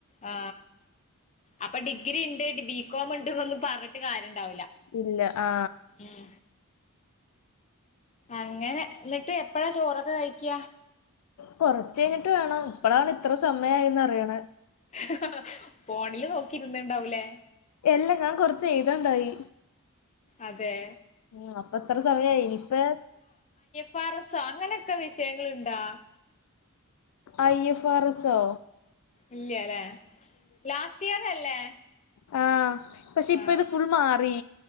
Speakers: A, on the left; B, on the left.
A: ആ അപ്പ ഡി ഡിഗ്രി ഉണ്ട് ബികോമ് ഉണ്ട്ന്നൊന്നും പറഞ്ഞിട്ട് കാര്യം ണ്ടാവില.
B: ഇല്ല ആ
A: ഉം അങ്ങനെ ന്നിട്ട് എപ്പഴാ ചോറൊക്കെ കഴിക്ക?
B: കൊറച്ച് കഴിഞ്ഞിട്ട് വേണം. ഇപ്പളാണ് ഇത്ര സമയായിന്ന് അറിയ്ണ്.
A: ഹഹ ഫോണില് നോക്കിയിരുന്ന് ഇണ്ടാവൂലേ?
B: എല്ല ഞാൻ കൊറച്ച എഴുതാണ്ടായി
A: അതെ
B: ഉ അപ്പൊ എത്ര സമയായി ഇനിയിപ്പേ.
A: പറസം അങ്ങനെയൊക്കെ വിഷയങ്ങളുണ്ടാ
B: അയ്യ ഫാറ സോ
A: ഇല്ല ല്ലേ ലാസ്റ്റ് ഇയർ അല്ലേ?
B: ആഹ് പക്ഷെ
A: ആ
B: ഇപ്പൊ ഇത് ഫുൾ മാറി